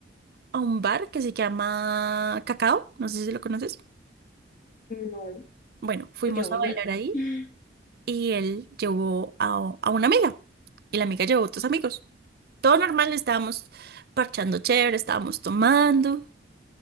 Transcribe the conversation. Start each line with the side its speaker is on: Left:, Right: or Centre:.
Right: a un bar que se llama Cacao, no sé si lo conoces.
Left: no,
Right: Bueno, fuimos
Left: yo
Right: a
Left: igual.
Right: bailar ahí
Left: <laughs>
Right: y él llevó a, a una amiga y la amiga llevó a otros amigos. Todo normal, estábamos parchando chévere, estábamos tomando,